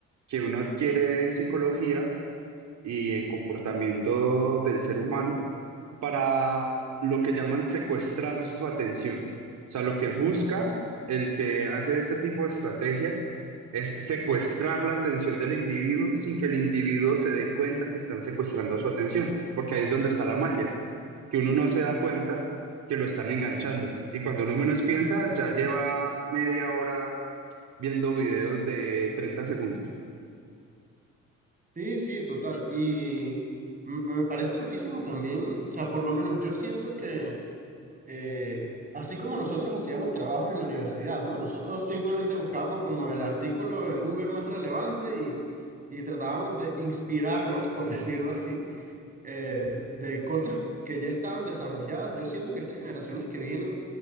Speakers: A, on the right; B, on the right.
A: que uno adquiere en psicología y en comportamiento del ser humano para lo que llaman secuestrar su atención. O sea, lo que busca el que hace este tipo de estrategias es secuestrar la atención del individuo sin que el individuo se dé cuenta que están secuestrando su atención, porque ahí es donde está la magia, que uno no se da cuenta que lo están enganchando. Y cuando uno menos piensa, ya lleva media hora viendo videos de 30 segundos.
B: Sí, sí, total. Y m- me parece loquísimo también, o sea, por lo menos yo siento que... eh, así como nosotros hacíamos trabajos en la universidad, ¿no? Nosotros simplemente buscábamos como el artículo en Google más relevante y, y tratábamos de inspirarnos, por <laughs> decirlo así, eh, de cosas que ya estaban desarrolladas. Yo siento que estas generaciones que vienen